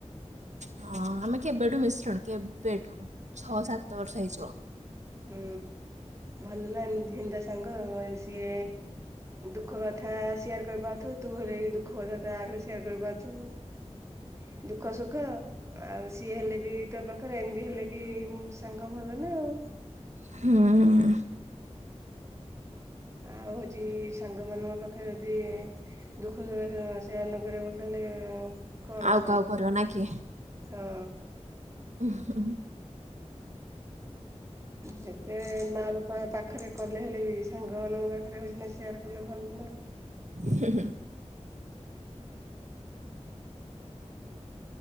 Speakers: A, on the right; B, on the right.
A: ହଁ ଆମେ କେବେଠୁ ମିଶିଲୁଣି କେବେଠୁ ଛଅ ସାତ ବର୍ଷ ହେଇଯିବ।
B: ହୁଁ ଭଲ ନା ନି ହିନ୍ଦା ସାଙ୍ଗ ସିଏ ଦୁଃଖ କଥା ସେୟାର କରିପାରୁଥିବୁ, ତୁ ହେଲେ ଦୁଃଖ କଥା ତା ଆଗରେ ସେୟାର କରିପାରୁଥୁବୁ। ଦୁଃଖ ସୁ ଖ ଆଉ ସିଏ ହେଲେ ବି ତୋ ପାଖରେ ଏମିତି ହେଲେ ବି ସାଙ୍ଗ ଭଲ ନା ଆଉ।
A: ହୁଁ ହୁଁ।
B: ଆଉ ହଉଛି ସାଙ୍ଗ ମାନଙ୍କ ପାଖରେ ଯଦି ଦୁଃଖ ସୁଖ ନ <unintelligible> କରିବା ବୋଲି ହେଲେ କଣ
A: ଆଉ
B: ସାଙ୍ଗ
A: କାହାକୁ କରିବ ନା କି?
B: ହଁ।
A: <unintelligible>
B: ଯେତେ ମା ବାପା ପାଖରେ କଲେ ହେଲେ ବି ସାଙ୍ଗମାନଙ୍କ ପାଖରେ ବିଜନେସ ସେୟାର କଲେ ଭଲ ନା।
A: ହୁଁ ହୁଁ।